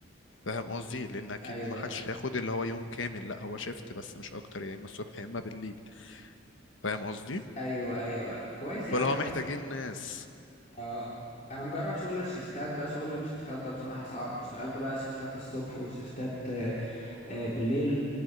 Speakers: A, on the left; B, on the left.
A: فاهم قصدي لان اكيد
B: ايوه
A: ما حدش
B: ايوه
A: هياخد اللي هو يوم كامل لا هو شيفت بس مش اكتر يا اما الصبح يا اما بالليل فاهم قصدي
B: ايوه ايوه كويس يا
A: فاللي
B: عم
A: هو
B: بس
A: محتاجين ناس
B: اه انا مجرب شغل الشفتات ده شغل الشفتات ده بصراحة صعب اشتغلت بقى شفتات الصبح وشفتات آه، آه، بالليل